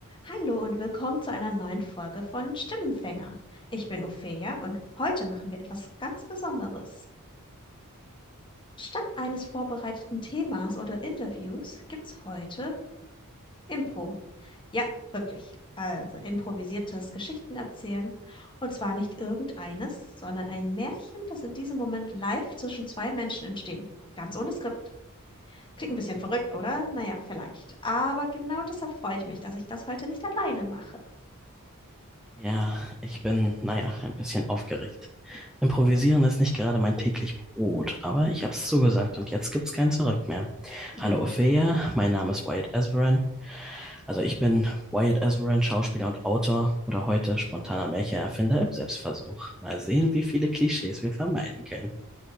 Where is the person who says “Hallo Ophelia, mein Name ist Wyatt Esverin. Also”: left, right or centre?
Centre